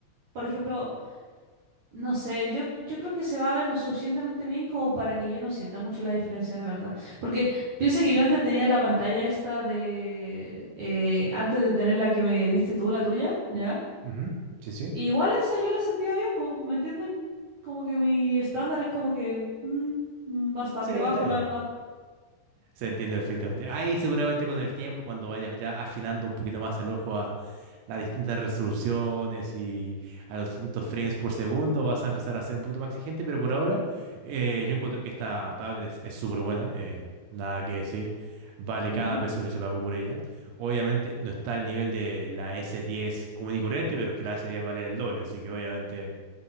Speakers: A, on the right; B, on the right.
A: Por ejemplo, no sé, yo, yo creo que se va a ver lo suficientemente bien como para que yo no sienta mucho la diferencia, la verdad. Porque piensa que yo antes tenía la pantalla esta de, eh, antes de tener la que me diste tú, la tuya, ¿ya?
B: ujú. Sí, sí.
A: Igual esa yo la sentía bien, pues, ¿me entiendes? Como que mi estándar es como que mm, mm, bastante
B: Sí, está
A: bajo,
B: bien.
A: la verdad.
B: Se entiende perfectamente. Ahí seguramente con el tiempo, cuando vayas ya afinando un poquito más el ojo a las distintas resoluciones y a los distintos frames por segundo, vas a empezar a ser un poquito más exigente, pero por ahora eh, yo encuentro que esta tablet es es súper buena, eh, nada que decir, vale
A: Ujú.
B: cada peso que se pagó por ella. Obviamente no está al nivel de la s diez común y corriente, pero es que la s diez vale el doble, así que obviamente